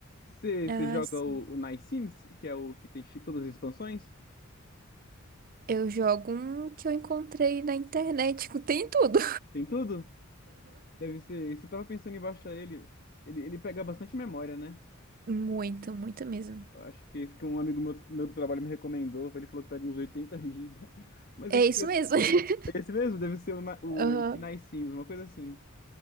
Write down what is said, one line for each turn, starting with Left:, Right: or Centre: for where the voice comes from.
Left: Você
Right: Ah,
Left: você joga
Right: sim.
Left: o, o Nice Sims, que é o que tem chi- todas as expansões?
Right: Eu jogo um que eu encontrei na internet, <laughs> tem tudo.
Left: Tem tudo? Deve ser. Isso eu tava pensando em baixar ele. Ele, ele pega bastante memória, né?
Right: Muito, muito mesmo.
Left: Eu acho que esse que um amigo meu, meu do trabalho me recomendou. Ele falou que pega uns oitenta GB. <laughs> Mas
Right: É
Left: eu queria.
Right: isso mesmo. <laughs>
Left: Esse mesmo? Deve ser o, Ni- o
Right: Aham.
Left: que Nice Sims, uma coisa assim.